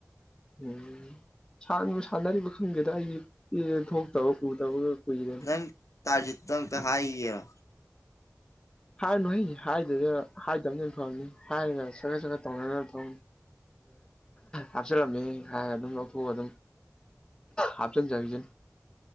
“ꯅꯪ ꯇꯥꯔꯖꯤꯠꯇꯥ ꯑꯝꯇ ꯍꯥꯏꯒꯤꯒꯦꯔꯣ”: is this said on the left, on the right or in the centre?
Left